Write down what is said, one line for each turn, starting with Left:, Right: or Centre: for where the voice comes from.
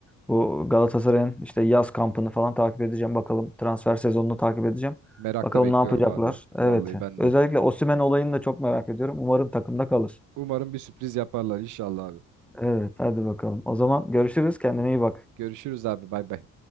Centre: Bu Galatasaray'ın işte yaz kampını falan takip edeceğim. Bakalım transfer sezonunu takip edeceğim.
Right: Merakla
Centre: Bakalım
Right: bekliyorum
Centre: ne yapacaklar.
Right: abi.
Centre: Evet.
Right: Vallahi ben
Centre: Özellikle
Right: de.
Centre: Osimhen olayını da çok merak ediyorum. Umarım takımda kalır.
Right: Umarım bir sürpriz yaparlar inşallah abi.
Centre: Evet, hadi bakalım. O zaman görüşürüz. Kendine iyi bak.
Right: Görüşürüz abi. Bay bay.